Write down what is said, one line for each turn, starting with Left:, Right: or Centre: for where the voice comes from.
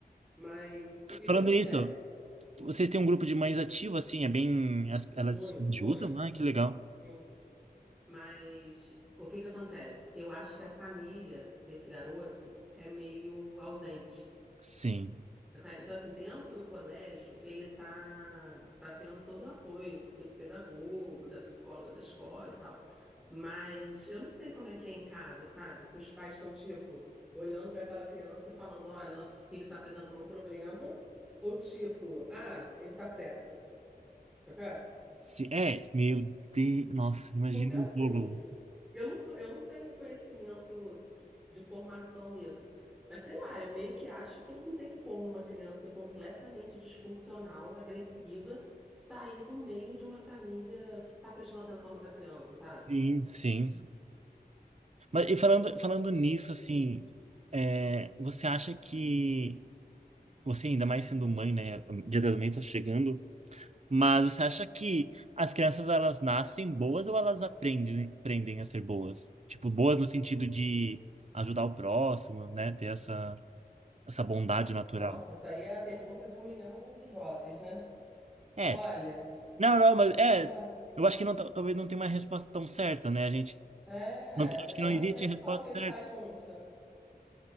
Centre: Mas o que
Right: Falando
Centre: que acontece?
Right: nisso, vocês têm um grupo de mães ativo, assim, é bem. as- Elas
Centre: Muito,
Right: se ajudam?
Centre: muito.
Right: Ah, que legal.
Centre: Sim, sim. Mas o que que acontece? Eu acho que a família desse garoto é meio ausente.
Right: Sim.
Centre: Tá claro? Então, assim, dentro do colégio, ele está tá, tá tendo todo o apoio psicopedagogo, da psicóloga da escola e tal. Mas eu não sei como é que é em casa, sabe? Se os pais estão, tipo, olhando para aquela criança e falando, olha, nosso filho está apresentando um problema, ou tipo, ah, ele tá certo. tá claro?
Right: Sim. É, meu Deus. Nossa, imagina
Centre: Porque assim,
Right: o bolo.
Centre: Eu não sou, eu não tenho conhecimento de formação nisso. Mas sei lá, eu meio que acho que não tem como uma criança completamente disfuncional, agressiva, sair do meio de uma família que está prestando atenção nessa criança, sabe?
Right: Sim, sim. Mas e falando, falando nisso, assim, é, você acha que você ainda mais sendo mãe, né? Dia das Mães tá chegando. Mas você acha que as crianças elas nascem boas ou elas aprendem, aprendem a ser boas? Tipo, boas no sentido de ajudar o próximo, né? Ter essa, essa bondade natural.
Centre: Nossa, isso aí é a pergunta de um milhão de dólares, né?
Right: É.
Centre: Olha,
Right: Não, não, mas é.
Centre: eu,
Right: Eu acho que não, tá- talvez não tenha uma resposta tão certa, né? A gente
Centre: é,
Right: não, acho que
Centre: é
Right: não
Centre: uma
Right: existe
Centre: reflexão
Right: a resposta
Centre: que a gente
Right: certa.
Centre: faz junto.